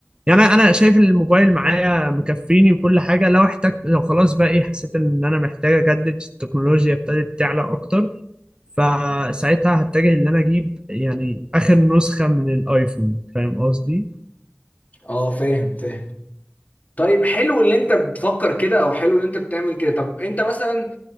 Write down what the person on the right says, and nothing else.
يعني انا أنا شايف إن الموبايل معايا مكفيني وكل حاجه لو احتجت لو خلاص بقى ايه حسيت ان انا محتاج اجدد التكنولوجيا ابتدت تعلى اكتر فساعتها هتجه ان انا اجيب يعني اخر نسخه من الايفون فاهم قصدي